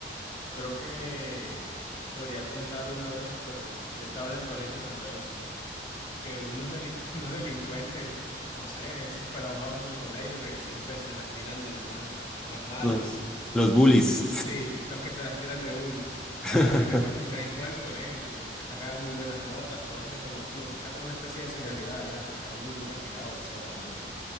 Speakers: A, on the left (about 30°); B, in the centre.
A: creo que podría contar una vez, pero yo estaba en el colegio cuando eso. que unos, delin- <laughs> unos delincuentes, no sé, esos pelados vagos del colegio que siempre se las tiran de los más, los más malos.
B: Los, los bullies.
A: u- Sí, los que se las tiran de bullies.
B: <laughs>
A: O sea, a mí me conocían en todo el colegio, yo sacaba muy buenas notas, todos me conocían. Yo era como una especie de celebridad ya, porque era el único que practicaba boxeo también.